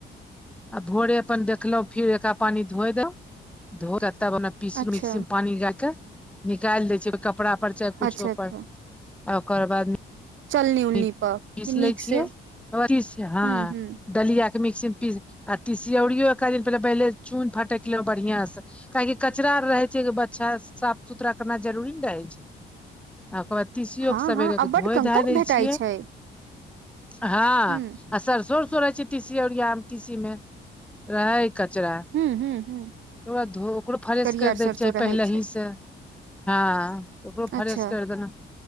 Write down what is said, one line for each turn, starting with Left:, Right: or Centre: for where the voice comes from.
Centre: आ भोरे अपन देखलहु फिर एकरा पानी धोए दव धोक तब ओना पीस
Right: अच्छा
Centre: मिक्सी मे पानी गायके निकालि देै छैय कपड़ा पर चाहे कुछो
Right: अच्छा अच्छा
Centre: पर आ ओकर बाद
Right: चलनी
Centre: <unintelligible>
Right: उलनी पर
Centre: पीस
Right: कि नीक
Centre: लै छियै
Right: से
Centre: हँ।
Right: हूँ हूँ
Centre: दलिया के मिक्सी मे पीस आर तिसियोरियोके एक दिन पहिले पहिले चून फटक लेब बढ़ियांसे। ताकि कचरा आर रहै छैय बच्छा साफ सुथरा करना जरूरी ने रहै छैय। आ ओकर बाद तीसियोके
Right: हँ
Centre: सबेरेके
Right: हँ आ बड
Centre: धोए
Right: कंकड़
Centre: धा दै
Right: भेटाइ
Centre: छी।
Right: छै
Centre: हँ
Right: हूँ
Centre: आ सरसो उरसो रहै छैय तीसी ओरिया मे तीसी में रहै कचरा।
Right: हूँ हूँ हूँ
Centre: तऽ ओकरा धो ओकरो फ्रेश
Right: करियर
Centre: करि दयके
Right: सरसो
Centre: चाही
Right: रहै
Centre: पहिलेसे
Right: छै
Centre: हँ। ओकरो फ्रेश
Right: अच्छा
Centre: करि देलहुँ